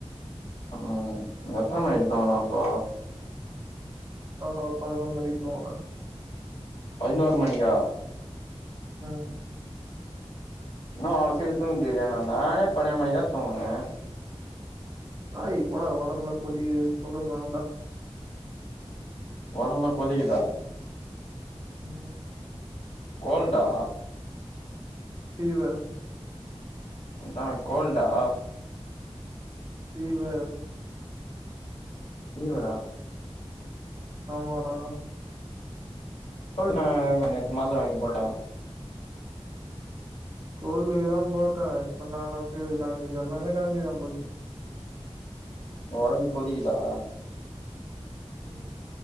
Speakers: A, on the left (about 70°); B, on the right (about 35°).
A: ம் எத்தன மணி தூங்குன அப்போ
B: நானா பத்னொர் மணிக்கு தூங்கன
A: பைனோர் மணிக்கா
B: ம்
A: இன்னோ அவ்ளோ சீக்கிரோ தூங்கிட்ருக்க நாந்தா நானே பண்ணென்டு மணிக்தா தூங்கின
B: வேலைக் போன ஒடம்புலா கொதிக்கிது தூக்கமா வந்தா
A: ஒடம்புலா கொதிக்கிதா
B: என்னப்போ
A: கோல்டா
B: ஃபீவர்
A: அதா கோல்டா
B: ஃபீவர்
A: ஃபீவரா
B: ஆமாடா
A: கோல்டு நா இப்ப நேத்து மாத்துர வாங்கி போட்டோ
B: கோல்டுக்குதா போட்ட இப்ப நா ஆனா ஃபீவர் காமிக்குது எல்லாமே காமிக்குது நம்புல்க்கு
A: ஒங் ஒடம் கொதிக்குதா
B: ம்